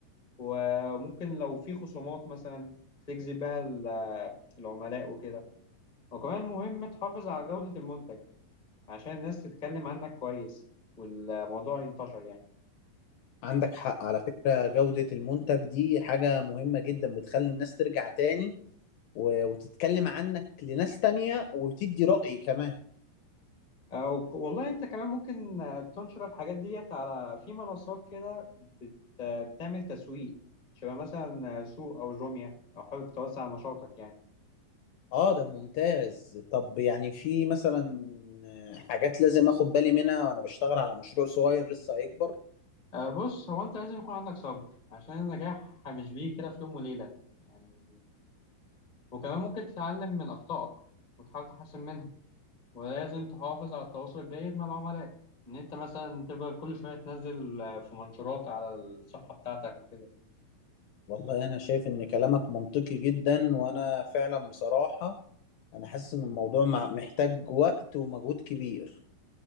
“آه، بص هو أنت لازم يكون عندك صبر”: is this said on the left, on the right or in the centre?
Left